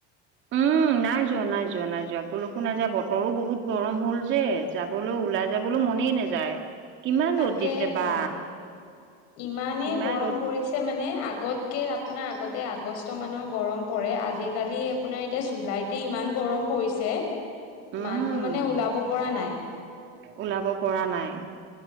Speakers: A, on the right (about 35°); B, on the left (about 50°).
A: উম নাই যোৱা, নাই যোৱা, নাই যোৱা, কলৈকো নাইযোৱা বতৰো বহুত গৰম হ'ল যে, যাবলও ওলাই যাবলও মনেই নাযায় কিমান
B: তাকে
A: ৰ'দ দিছে
B: হে,
A: বা,
B: ইমানেই
A: কিমান
B: গৰম
A: ৰ'দ,
B: পৰিছে। মানে আগতকে আপোনাৰ আগতে আগষ্ট মানৰ গৰম পৰে আজিকালি। আপোনাৰ এতিয়া জুলাইতে ইমান গৰম পৰিছে,
A: উম।
B: মানুহ মানে ওলাব পৰা নাই।
A: ওলাব পৰা নাই।